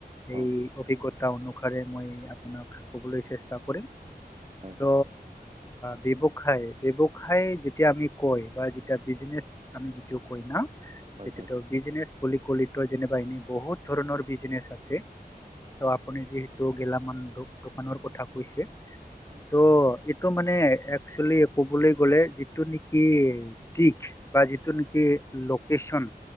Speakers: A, on the right; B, on the left.
A: অ'
B: এই অভিজ্ঞতা অনুসাৰে মই আপোনাক কবলৈ চেষ্টা কৰিম
A: হয় হয়
B: ত' ব্যৱসায় ব্যৱসায় যেতিয়া আমি কয় বা যেতিয়া বিজনেছ আমি যিটো কয় না
A: হয়
B: সেইটো
A: হয়।
B: বিজনেচ বুলি কলিতো যেনিবা এনে বহুত ধৰণৰ বিজনেচ আছে
A: আছে আছে।
B: ত' আপুনি যিহেতু গেলামান দোকানৰ কথা কৈছে
A: হয়
B: ত টো মানে একচুৱেলি ক'বলৈ গ'লে যিটো নেকি দিশ বা যিটো নেকি লোকচন